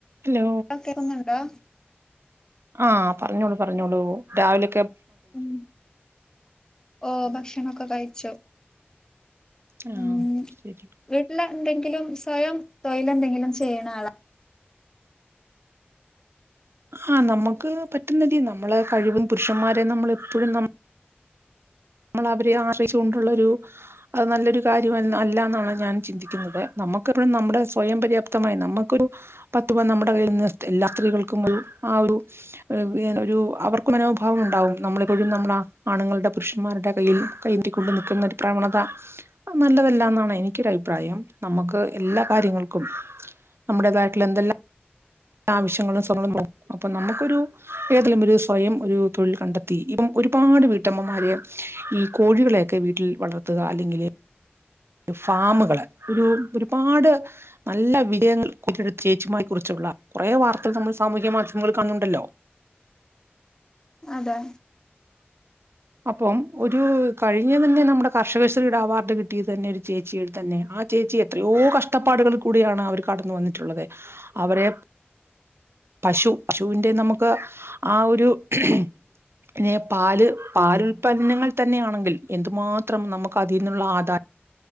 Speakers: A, on the right; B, on the left.
A: Hello
B: ആഹ് കേക്കുന്നുണ്ടോ
A: ആഹ് പറഞ്ഞോളൂ പറഞ്ഞോളൂ രാവിലെ
B: ഉമ് ഓഹ് ഭക്ഷണൊക്കെ കഴിച്ചു
A: ആഹ്
B: ഉമ്
A: ശരി
B: വീട്ടിലെന്തെങ്കിലും സ്വയം തൊഴിലെന്തെങ്കിലും ചെയ്യണ ആളാ
A: ആഹ് നമ്മക്ക് പറ്റുന്നിതിൽ നമ്മളെ കഴിവും പുരുഷന്മാരെ നമ്മളെപ്പഴും നമ്മ നമ്മളവരെ ആശ്രയിച്ചു കൊണ്ടുള്ളൊരു അത് നല്ലൊരു കാര്യം എന്ന് അല്ല എന്നാണ് ഞാൻ ചിന്തിക്കുന്നത് നാ നമുക്കെപ്പഴും നമ്മുടെ സ്വയം പര്യാപ്തമായി നമുക്കൊരു പത്ത് രൂപ നമ്മുടെ കയ്യിൽ നിർത്തി എല്ലാ സ്ത്രീകൾക്കും ഒരു ആഹ് ഒരു ഒരു ഏഹ് അവർക്ക് മനോഭാവം ഉണ്ടാവും നമ്മളെപ്പോഴും നമ്മുടെ ആണുങ്ങൾടെ പുരുഷ മാരുടെ കയ്യിൽ കയ്യേന്തിക്കൊണ്ടു നിക്കുന്ന ഒരു പ്രവണത അത് നല്ലതല്ലാന്നാണ് എനിക്കൊരു അഭിപ്രായം നമുക്ക് എല്ലാ കാര്യങ്ങൾക്കും നമ്മടേതായിട്ടൊളള എന്തെല്ലാം ആവശ്യങ്ങളും <unintelligible> അപ്പോ നമ്മക്കൊരു ഏതേലും ഒരു സ്വയം ഒരു തൊഴിൽ കണ്ടെത്തി ഇപ്പം ഒരുപാട് വീട്ടമ്മമാര് ഈ കോഴികളെയൊക്കെ വീട്ടിൽ വളർത്തുക അല്ലെങ്കില് ഫാമുകള് ഒരു ഒരുപാട് നല്ല വിജയങ്ങൾ <unintelligible> ചേച്ചിമാര് കുറിച്ചുള്ള കൊറേ വാർത്തകൾ നമ്മൾ സാമൂഹ്യ മാധ്യമങ്ങളിൽ കാണുന്നുണ്ടല്ലോ
B: അതെ
A: അപ്പം ഒരു കഴിഞ്ഞ തന്നെ നമ്മടെ കർഷകശ്രീടെ അവാർഡ് കിട്ടിയത് തന്നെ ഒരു ചേച്ചിതന്നെയാ ആ ചേച്ചി എത്രയോ കഷ്ടപ്പാടുകളിൽ കൂടിയാണ് അവര് കടന്ന് വന്നിട്ടുള്ളത് അവരെ പശു ശുവിന്റെ നമുക്ക് ആ ഒരു പിന്നെ പാല് പാലുൽപന്നങ്ങൾ തന്നെയാണെങ്കിൽ എന്തുമാത്രം നമുക്ക് അതീന്നുള്ള ആദാ